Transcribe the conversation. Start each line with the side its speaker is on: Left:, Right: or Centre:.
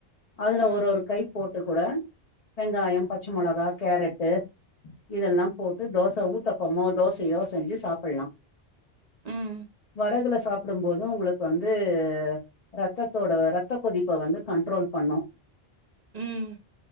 Left: அதுல
Right: ம்
Left: ஒரு ஒரு கை போட்டு கூட வெங்காயம் பச்சை மிளகா கேரட்டு இதெல்லாம் போட்டு தோசை ஊத்தப்பமோ தோசையோ செஞ்சு சாப்பிடலாம்
Right: ம்
Left: படகுல சாப்பிடும் போதும் உங்களுக்கு வந்து ரத்தத்தோட ரத்த கொதிப்ப வந்து கண்ட்ரோல் பண்ணும்
Right: ம்